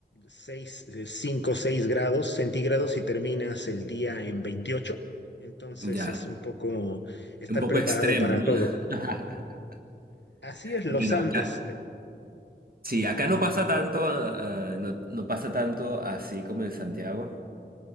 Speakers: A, on the left; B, on the right.
A: 6, eh, 5, 6 grados centígrados y terminas el día en 28. Entonces
B: ya.
A: es un poco estar
B: Un poco
A: preparado
B: extremo,
A: para
B: ¿no?
A: todo.
B: <laughs>
A: Así es los
B: Bueno,
A: Andes.
B: acá, sí, acá no pasa tanto, eh, eh, no, no pasa tanto así como en Santiago,